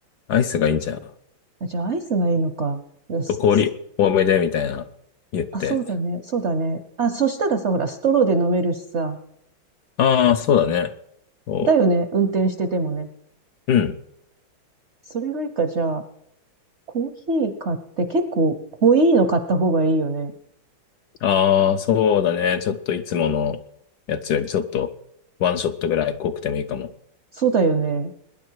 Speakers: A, on the left; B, on the right.
A: アイスがいいんじゃん。ちょっ
B: あじゃあアイスがいいのか。よし
A: と氷多めでみたいな言って。
B: あ、そうだね。そうだね。あ、そしたらさ、ほら、ストローで飲めるしさ。
A: ああ、そうだね。そ
B: だよね。運転しててもね。
A: う。うん。
B: それがいいか、じゃあ、コーヒー買って結構濃いの買った方がいいよね。
A: ああ、そうだね。ちょっといつものやつよりちょっとワンショットぐらい濃くてもいいかも。
B: そうだよね。